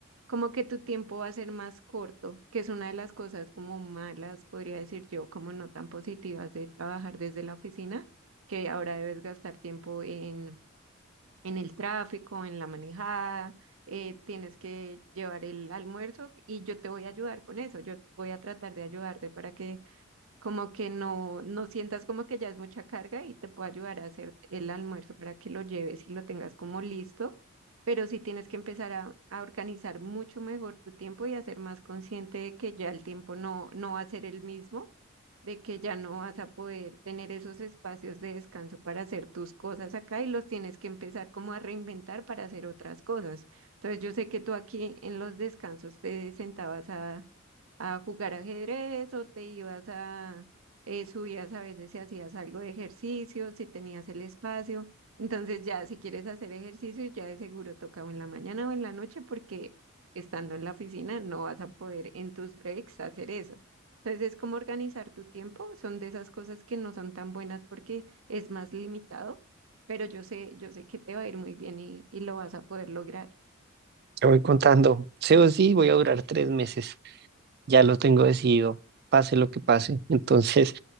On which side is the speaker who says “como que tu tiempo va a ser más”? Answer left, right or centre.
Right